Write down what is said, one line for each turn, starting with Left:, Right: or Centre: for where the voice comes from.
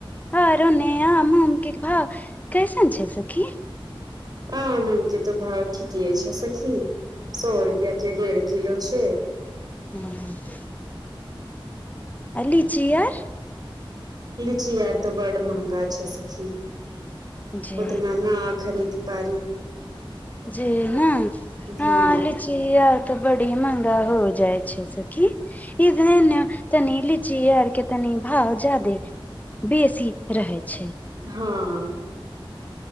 Left: आओर ओने आम उम के भाव कैसन छै सखी
Right: आम उम के तऽ भाव ठीके छै सखी सौ रुपयाके डेढ़ किलो छै
Left: ह्म आ लीची यार
Right: लीची यार तऽ बड्ड महँगा छै सखी
Left: जे
Right: उतना न खरीद पारी
Left: जी ने
Right: हँ
Left: न लीची आर तऽ बड़ी महंगा हो जाइ छै सखी कि इधर न तनी लीची आर के तनी भाव जादे बेसी रहै छै
Right: हाँ